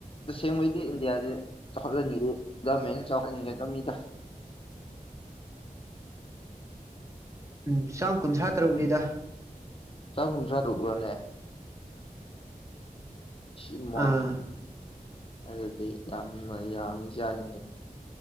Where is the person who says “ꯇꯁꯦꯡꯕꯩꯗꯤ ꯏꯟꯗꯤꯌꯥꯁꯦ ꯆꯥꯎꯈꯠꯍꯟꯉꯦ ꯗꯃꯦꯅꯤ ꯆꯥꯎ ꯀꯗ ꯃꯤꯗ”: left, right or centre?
Left